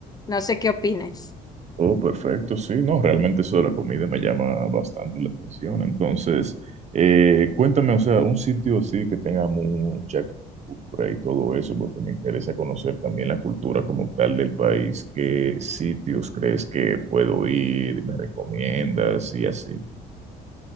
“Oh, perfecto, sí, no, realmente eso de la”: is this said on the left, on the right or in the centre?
Right